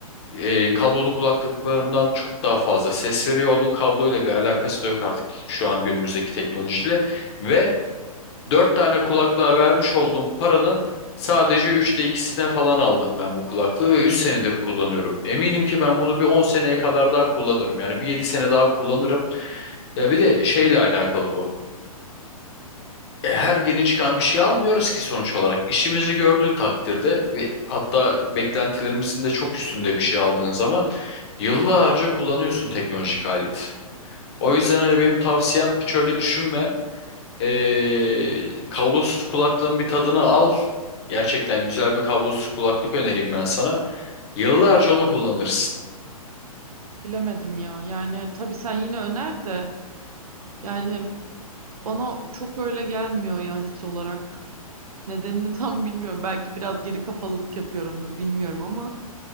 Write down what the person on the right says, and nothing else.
Bilemedim ya. Yani tabii sen yine öner de yani bana çok öyle gelmiyor ya his olarak. Nedenini tam bilmiyorum. Belki biraz geri kafalılık yapıyorumdur bilmiyorum ama